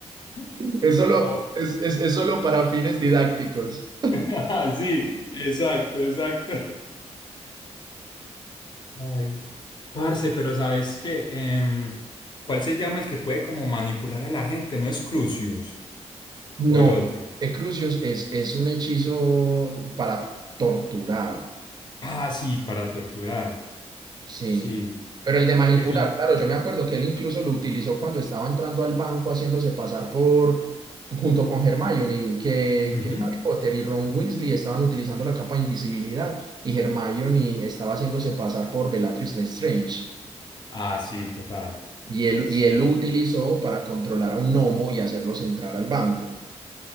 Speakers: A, on the left; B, on the right.
A: <laughs>
B: Es solo,
A: Oh.
B: es, es, es solo para fines didácticos.
A: <laughs> Sí, exacto, exacto. Ay. Parce, pero ¿sabes qué? Em, ¿cuál se llama el que puede como manipular a la gente? ¿No es Crucius?
B: No,
A: ¿O el otro?
B: Crucius es, es un hechizo para torturar,
A: Ah, sí, para torturar.
B: sí.
A: Sí.
B: Pero el de manipular,
A: que son?
B: claro, yo me acuerdo que él incluso lo utilizó cuando estaba entrando al banco haciéndose pasar por, junto con Hermione, que,
A: Ujú.
B: que Harry Potter y Ron Weasley estaban utilizando la capa de invisibilidad y Hermione estaba haciéndose pasar por Bellatrix Lestrange.
A: Ah, sí, total.
B: Y él,
A: Sí,
B: y él lo utilizó para controlar a un gnomo y hacerlos entrar al banco.